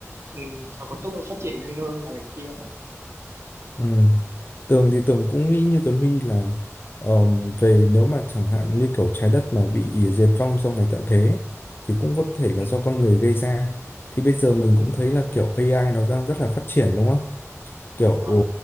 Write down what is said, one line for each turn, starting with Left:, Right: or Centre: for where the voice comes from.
Right: ừ, nó có tốc độ phát triển nhanh hơn là cái kia
Left: ừ tường thì tường cũng nghĩ như Tuấn Huy là ờm, về nếu mà chẳng hạn như kiểu trái đất mà bị diệt vong do ngày tận thế ấy, thì cũng có thể là
Right: ừ,
Left: do con người gây ra thì bây giờ mình cũng thấy là kiểu AI nó đang rất là phát triển đúng không? kiểu
Right: đúng
Left: ờ,
Right: không